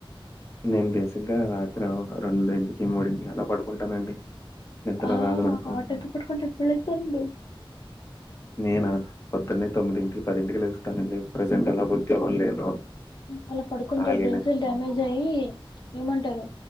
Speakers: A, on the left (about 30°); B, on the left (about 55°).
A: నేను బేసిక్గా రాత్రి ఒక రెండుంటికి మూడింటికి అలా పడుకుంటానండి. నిద్ర
B: హా
A: రాదు నాకు
B: ఆ టైమ్ కి పడుకుంటే ఎప్పుడు లెత్తరండి
A: నేన పొద్దున్న తొమ్మిదింటికి పదింటికి లేలుగుస్తానండి ప్రజెంట్ అలా ఉద్యోగం లేదు
B: అలా పడుకుంటే
A: ఖాళీనే
B: బ్రెయిన్ సెల్ డ్యామేజ్ గయీ ఏమంటరు